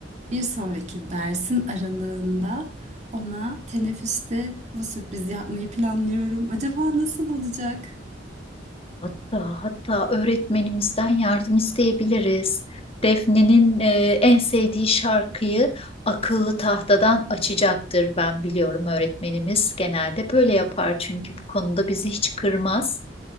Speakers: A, on the right; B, on the left.
A: Bir sonraki dersin aralığında ona teneffüste bu sürprizi yapmayı planlıyorum. Acaba nasıl olacak?
B: Hatta hatta öğretmenimizden yardım isteyebiliriz. Defne'nin e, en sevdiği şarkıyı akıllı tahtadan açacaktır ben biliyorum öğretmenimiz genelde böyle yapar çünkü bu konuda bizi hiç kırmaz.